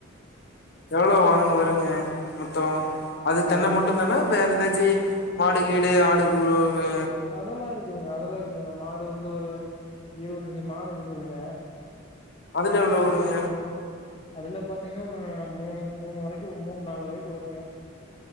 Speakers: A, on the left; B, on the left.
A: எவ்ளோ வாங் வருங்க மொத்தோ அது தென்ன
B: ஒரு லோ
A: மட்டும்தானா வேற ஏதாச்சு மாடு கீடு ஆடு கூட வே
B: அதெல்லா இருக்குதுங்க அதெல்லா இருக்குங்க மாடு வந்து ஒரு இருபத்தஞ்சு மாடு இருக்குதுங்க
A: அதுல எவ்ளோ வருங்க
B: அதுல பாத்தீங்கனா ஒரு மூணு மூணு வரைக்கு மூணு நாலு வரைக்கு வருங்க